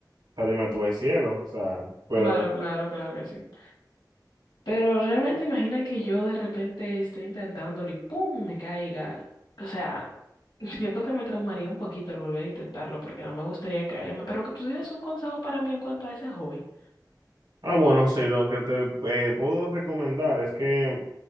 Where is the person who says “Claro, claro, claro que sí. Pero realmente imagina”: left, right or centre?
Left